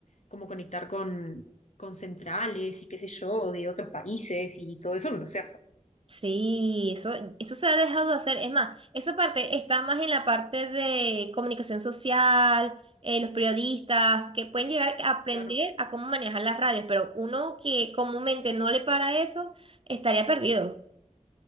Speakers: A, on the left; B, on the right.
A: como conectar con, con centrales y qué sé yo, de otros países y todo eso no se hace.
B: Sí, eso, eso se ha dejado de hacer. Es más, esa parte está más en la parte de comunicación social, eh, los periodistas, que pueden llegar a aprender
A: Claro.
B: a cómo manejar las radios, pero uno que comúnmente no le para eso, estaría perdido.